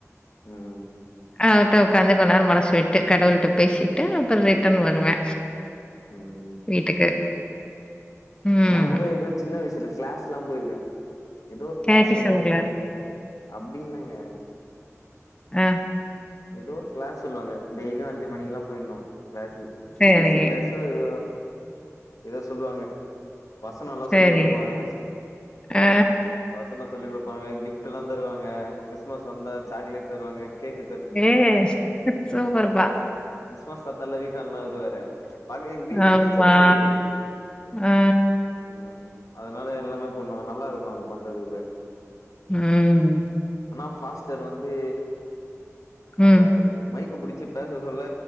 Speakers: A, on the left (about 80°); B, on the left (about 15°).
A: ம்
B: அவர் கிட்ட ஒக்காந்து கொஞ்சநேரோ மனசு விட்டு கடவுள் கிட்ட பேசிட்டு அப்றோ ரிட்டர்ன் வருவே
A: ம்
B: வீட்டுக்கு ம்.
A: நா கூட ஏதோ சின்ன வயசுல கிளாஸ்லா போயிருக்கே ஏதோ ஒரு கிளாஸ்
B: கேட்டிசம்
A: சொல்லுவாங்கல்ல
B: கிளாஸு.
A: அப்டி இல்லங்க
B: ஆ
A: ஏதோ ஒரு கிளாஸ் சொல்வாங்க டெய்லியு அஞ்சி மணிக்குல்லா போயிட்ணு கிளாஸ்சுக்கு சி
B: சரி,
A: பி எஸ் சி கிளாஸ் சோ ஏதோ ஏதோ சொல்லுவாங்க வசனோ எல்லா
B: சரி.
A: சொல்லிக் குடுப்பாங்க
B: ஆ,
A: வசனோ சொல்லி குடுப் பாங்க கிப்ட் எல்லா தருவாங்க கிறிஸ்மஸ் வந்தா சாக்லேட் தருவங்க கேக்
B: ஏய் சூப்பர் பா
A: கிறிஸ்மஸ் தாத்தால்ல வீட்டாண்ட எல்லா வருவாரே பாக்கவே எங்க வீட்டாண்ட
B: ஆமா.
A: சர்ச் இருக்கு
B: ஆ,
A: ம் அதனால எல்லாமே பண்ணுவாங்க நல்லா இருக்கு அவுங்க பண்றது கூட
B: ம்
A: ஆனா ஃபாஸ்டர் வந்து
B: ம்,
A: அந்த மைக்கு புடிச்சி பேச சொல்ல